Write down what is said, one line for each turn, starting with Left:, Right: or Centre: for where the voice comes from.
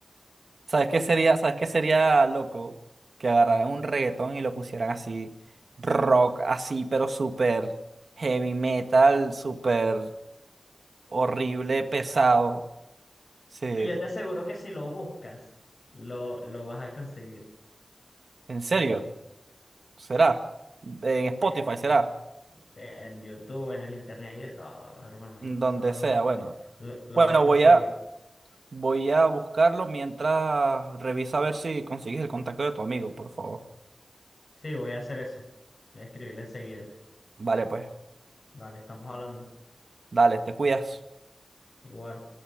Right: ¿sabes qué sería, sabes qué sería loco que agarraran un reggaetón y lo pusieran así, rock así, pero súper heavy metal, súper horrible, pesado? Sí,
Left: Ah, Yo te aseguro que si lo buscas, lo, lo vas a conseguir.
Right: en serio. será. En Spotify
Left: Eh,
Right: será.
Left: sí, en YouTube, en el internet, hay de todo, hermano.
Right: Donde
Left: Eso
Right: sea, bueno.
Left: lo, lo
Right: Bueno,
Left: vas a conseguir.
Right: voy a, voy a buscarlo mientras revisa a ver si consigues el contacto de tu amigo, por favor.
Left: Sí, voy a hacer eso. Voy a escribirle enseguida.
Right: Vale, pues.
Left: Vale, estamos hablando.
Right: Dale, te cuidas.
Left: Igual.